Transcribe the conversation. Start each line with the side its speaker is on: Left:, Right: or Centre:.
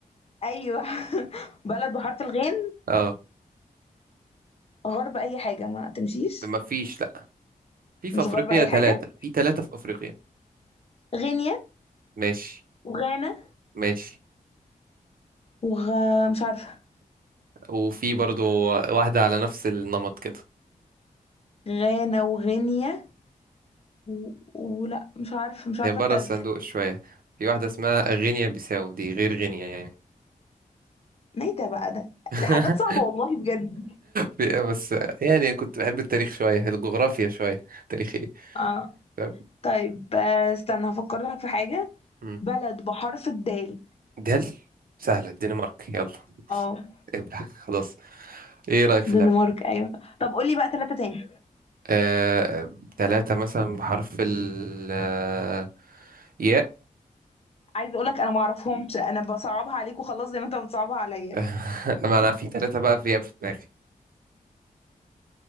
Left: ايوه <laughs> بلد بحرف الغين
Right: اه
Left: غرب اي حاجة ما تمشيش
Right: ما فيش لا في في
Left: مش
Right: أفريقيا
Left: غرب اي
Right: ثلاثة
Left: حاجة
Right: في ثلاثة في أفريقيا
Left: غينيا
Right: ماشي
Left: وغانا
Right: ماشي
Left: وغ مش عارفة
Right: وفي برضو واحدة على نفس النمط كده
Left: غانا وغينيا و... ولا مش عارفة مش عارفة
Right: هي بره
Left: التالتة
Right: الصندوق شوية في واحدة اسمها غينيا بيساو دي غير غينيا يعني
Left: ايه ده بقى ده
Right: <laughs>
Left: ده حاجات صعبة والله بجد
Right: في- بس يعني كنت بحب التاريخ شوية الجغرافيا شوية تاريخ
Left: اه
Right: طب،
Left: طيب آه، استنى هفكر لك في حاجة
Right: مم.
Left: بلد بحرف الدال
Right: دل سهلة الدنمارك يلا
Left: اه
Right: ابلع <laughs> خلاص ايه رأيك في
Left: دنمارك
Right: اللعبة؟
Left: ايوه طب قولي بقى ثلاثة تاني
Right: آه... ثلاثة مثلا بحرف ال آه، ياء
Left: عايز اقولك انا ما اعرفهمش انا بصعبها عليك وخلاص زي ما انت بتصعبها عليا
Right: <laughs> ما انا في ثلاثة بقى في ياء في دماغي